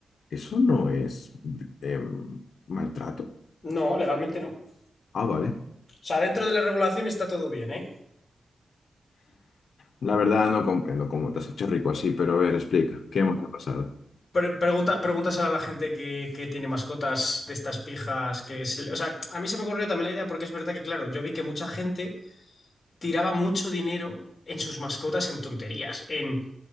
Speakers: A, on the left; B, on the left.
A: Eso no es em, maltrato.
B: No, legalmente no. O
A: Ah, vale.
B: sea, dentro de la regulación está todo bien, ¿eh?
A: La verdad no comprendo cómo te has hecho rico así, pero a ver, explica, ¿qué más ha pasado?
B: Pre- pregunta, pregúntaselo a la gente que, que tiene mascotas de estas pijas que se le- O sea, a mí se me ocurrió también la idea porque es verdad que, claro, yo vi que mucha gente tiraba mucho dinero en sus mascotas en tonterías, en